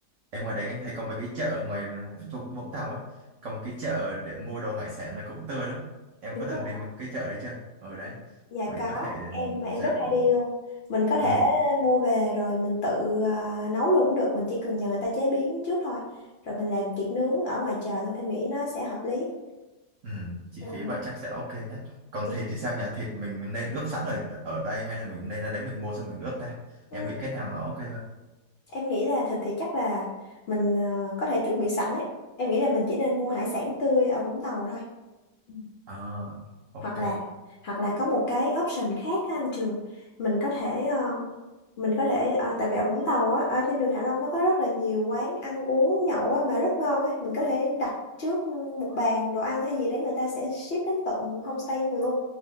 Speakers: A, on the right; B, on the left.
A: Em ngoài đấy anh thấy có mấy cái chợ ngoài Vũng Vũng Tàu ấy, có một cái chợ để mua đồ hải sản là cũng tươi lắm. Em
B: Đúng
A: có từng
B: rồi.
A: đi một cái chợ đấy chưa? Ở đấy
B: Dạ
A: mình
B: có,
A: có thể
B: em em
A: dạo
B: rất hay
A: ừ,
B: đi luôn. Mình có thể
A: ừ,
B: mua về rồi mình tự à, nấu luôn cũng được, mình chỉ cần nhờ người ta chế biến trước thôi. Rồi mình làm tiệc nướng ở ngoài trời luôn, em nghĩ nó sẽ hợp lý.
A: ừ, chi
B: Ừ.
A: phí vậy chắc sẽ ok nhất. Còn
B: Dạ.
A: thịt thì sao nhỉ? Thịt mình nên ướp sẵn ở ở đây hay là mình nên ra đấy mình mua xong mình ướp ta? Em
B: Ừ,
A: nghĩ cái nào nó ok hơn?
B: Em nghĩ là thịt thì chắc là mình à, có thể chuẩn bị sẵn ấy. Em nghĩ là mình chỉ nên mua hải sản tươi ở Vũng Tàu thôi. Ừ.
A: À, ok.
B: Hoặc là hoặc là có một cái option khác á anh Trường, mình có thể ờ, mình có thể à, tại vì ở Vũng Tàu á ở trên đường Hạ Long nó có rất là nhiều quán ăn uống nhậu á mà rất ngon á mình có thể đặt trước ừ, một bàn đồ ăn hay gì đấy người ta sẽ ship đến tận homestay cho mình luôn